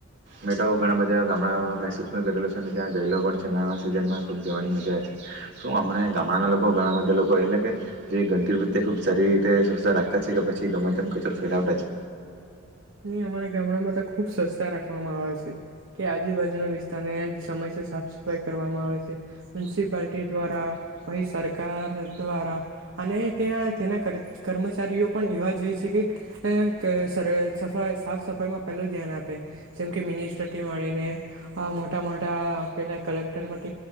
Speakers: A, on the right (about 55°); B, on the right (about 70°).
A: મેં તો ઘણાબધા ગામડા મહેસૂસ પણ કરેલો છે, અને ત્યાં ગયલો પણ છે નવા સિઝનમાં ખૂબ જવાની મજા છે શું હમણાં ગામડાના લોકો ઘણા બધા લોકો એટલે કે જે <inaudible> તે ખૂબ સારી રીતે સ્વચછતા રાખતા છે કે પછી ગમે તેમ કચોરો ફેલાવતા છે.
B: નહી અમારા ગામડામાં તો ખુબ સ્વછતા રાખવામાં આવે છે, કે આજુબાજુના વિસ્તારને સમય સાફ સફાઈ કરવામાં આવે છે, મ્યુનિસિપાલટી દ્વારા પહી સરકાર દ્વારા અને ત્યાં તેના કર કર્મચારીઓ પણ એવા જ છે અ કે સર સફાઈ સાફ સફાઈમાં પહેલું ધ્યાન આપે જેમ કે મિનિસ્ટરથી માડીને આ મોટા મોટા પેલા કલેક્ટર પ